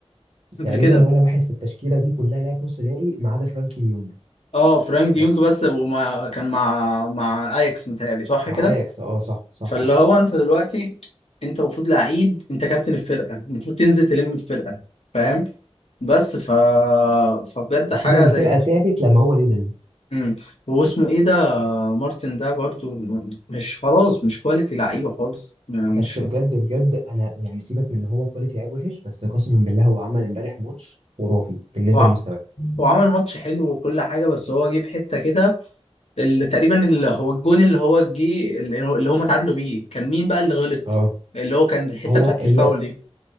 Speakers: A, on the left; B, on the right.
A: قبل
B: تقريبا
A: كده
B: ولا واحد في التشكيله دي كلها لعب نص نهائي ما عدا فرانكي ليونج
A: اه فرانك ديونج
B: بس
A: بس وما كان مع مع اياكس متهيألي صح
B: مع
A: كده
B: اياكس اه صح صح
A: فاللي
B: آه.
A: هو انت دلوقتي انت المفروض لعيب انت كابتن الفرقه المفروض تنزل تلم الفرقه فاهم بس ف فبجد
B: حسيت
A: حاجه
B: ان الفرقه
A: ضايقت
B: تعبت لما هو نزل
A: امم واسمه ايه ده مارتن ده برضو مش خلاص مش كواليتي لعيبه خالص يعني
B: بس
A: مش
B: بجد بجد انا يعني سيبك من ان هو كواليتي لعيب وحش بس قسما بالله هو عمل امبارح ماتش خرافي بالنسبه
A: هو
B: لمستواه
A: هو عمل ماتش حلو وكل حاجه بس هو جه في حته كده ال- تقريبا اللي هو الجون اللي هو جه اللي هو اللي هم اتعادلوا بيه كان مين بقى اللي غلط
B: اه
A: اللي هو كان الحته
B: هو
A: بتاعت
B: هي
A: الفاول دي